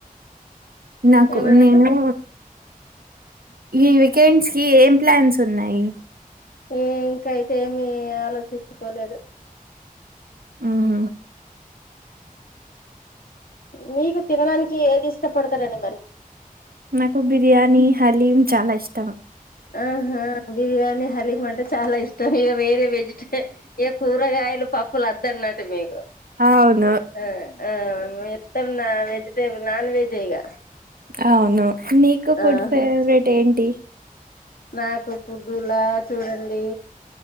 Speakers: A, on the right; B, on the left.
A: నాకు
B: ఏమన్నారు
A: నేను ఈ వీకెండ్స్ కి ఏం ప్లాన్స్ ఉన్నాయి
B: ఈ వీక్ అయితే మేము ఏం ఆలోచించుకోలేదు
A: ఆహా
B: మీకు తినడానికి ఏది ఇష్టపడతారండి మరి
A: నాకు బిర్యానీ హలీం చాలా ఇష్టం
B: ఆహా బిర్యానీ హలీం అంటే చాలా ఇష్టం ఇగ వేరే వే <unintelligible> ఏ కూరగాయలు పప్పులు వద్దన్న మీరు
A: అవును
B: ఆ ఆ మీర్ తర్ నాన్ వెజిటె నాన్ వెజ్ ఏ ఇంగ
A: అవును నీకు ఫుడ్
B: ఆహా
A: ఫేవరెట్ ఏంటి
B: నాకు ఫుడ్డులా చూడండి